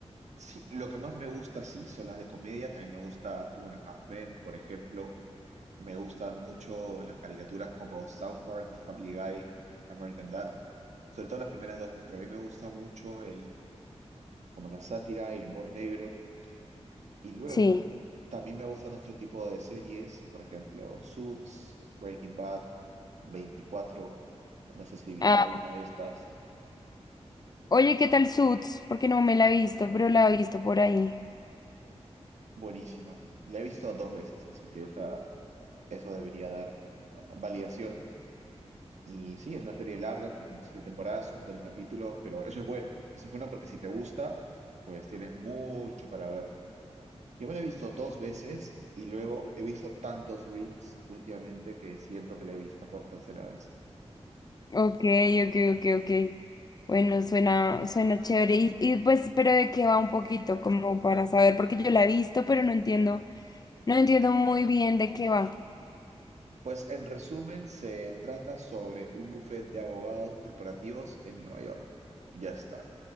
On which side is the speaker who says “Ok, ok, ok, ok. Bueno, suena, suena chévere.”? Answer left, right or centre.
Left